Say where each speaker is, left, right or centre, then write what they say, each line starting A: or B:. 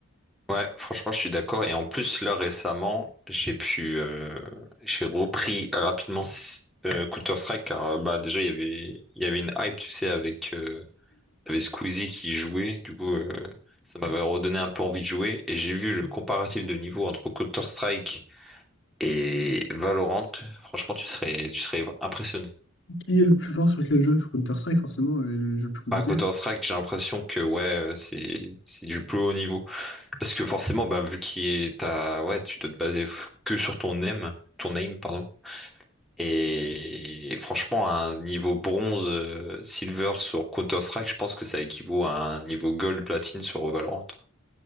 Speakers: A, in the centre; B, on the left.
A: Ouais, franchement, je suis d'accord. Et en plus, là, récemment, j'ai pu, euh, j'ai repris rapidement euh, Counter-Strike, car euh, bah, déjà, il y avait, il y avait une hype, tu sais, avec, euh, il y avait Squeezie qui y jouait. Du coup, euh, ça m'avait redonné un peu envie de jouer. Et j'ai vu le comparatif de niveau entre Counter-Strike et Valorant. Franchement, tu serais, tu serais impressionné.
B: Qui est le plus fort sur quel jeu? Sur Counter Strike forcément est le jeu le plus compliqué.
A: À Counter-Strike, j'ai l'impression que, ouais, euh, c'est, c'est du plus haut niveau. Parce que forcément, ben, vu qu'il est à... Ouais, tu dois te baser f- que sur ton aim, ton aim, pardon. Et, et franchement, un niveau bronze, euh, silver sur Counter-Strike, je pense que ça équivaut à un niveau gold, platine sur Valorant.